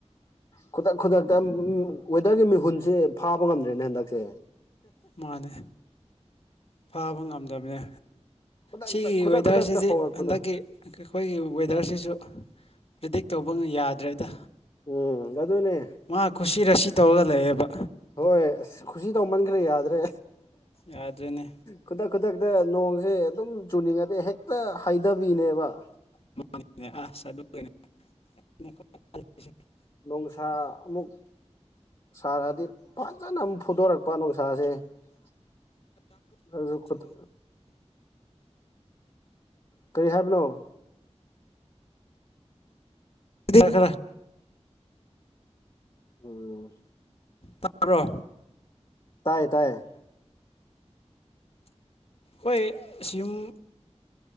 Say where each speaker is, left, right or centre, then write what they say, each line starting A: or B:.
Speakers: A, on the left; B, on the left.
A: ꯈꯨꯗꯛ ꯈꯨꯗꯛꯇ ꯋꯦꯗꯔꯒꯤ ꯃꯤꯍꯨꯟꯁꯦ ꯐꯥꯕ ꯉꯝꯗ꯭ꯔꯦꯅꯦ ꯍꯟꯗꯛꯁꯦ
B: ꯃꯥꯅꯦ ꯐꯥꯕ ꯉꯝꯗꯕꯅꯦ
A: ꯈꯨꯗꯛꯇ
B: ꯁꯤꯒꯤ
A: ꯈꯨꯗꯛ
B: ꯋꯦꯗꯔꯁꯤꯗꯤ
A: ꯈꯨꯗꯛꯇ ꯍꯣꯡꯉꯛꯄꯗꯣ
B: ꯍꯟꯗꯛꯀꯤ ꯑꯩꯈꯣꯏꯒꯤ ꯋꯦꯗꯔꯁꯤꯁꯨ ꯄꯔꯤꯗꯤꯛ ꯇꯧꯕ ꯌꯥꯗ꯭ꯔꯦꯗ
A: ꯎꯝ ꯑꯗꯨꯅꯦ
B: ꯃꯥ ꯀꯨꯁꯤ ꯔꯥꯁꯤ ꯇꯧꯔꯒ ꯂꯩꯌꯦꯕ
A: ꯍꯣꯏ ꯑꯁ ꯈꯨꯁꯤ ꯇꯧꯃꯟꯈ꯭ꯔꯦ ꯌꯥꯗ
B: ꯌꯥꯗ꯭ꯔꯦꯅꯦ
A: ꯈꯨꯗ ꯈꯨꯗꯛꯇ ꯅꯣꯡꯁꯦ ꯑꯗꯨꯝ ꯆꯨꯅꯤꯡꯉꯗꯤ ꯍꯦꯛꯇ ꯍꯥꯏꯊꯕꯤꯅꯦꯕ
B: ꯑ
A: ꯅꯨꯡꯁꯥ ꯑꯃꯨꯛ ꯁꯥꯔꯛꯑꯗꯤ ꯐꯖꯅ ꯑꯃꯨꯛ ꯐꯨꯗꯣꯔꯛꯄ ꯄꯥꯥꯅꯨ ꯈꯨꯁꯥꯥꯁꯦꯁꯨ ꯈꯨꯗ ꯀꯔꯤ ꯍꯥꯏꯕꯅꯣ
B: ꯗꯤ ꯌꯥ ꯈꯔ
A: ꯎꯝ
B: ꯊꯄ꯭ꯔꯣ
A: ꯇꯥꯏꯌꯦ ꯇꯥꯏꯌꯦ
B: ꯎ ꯑꯩꯈꯣꯏ ꯁꯤꯨꯝ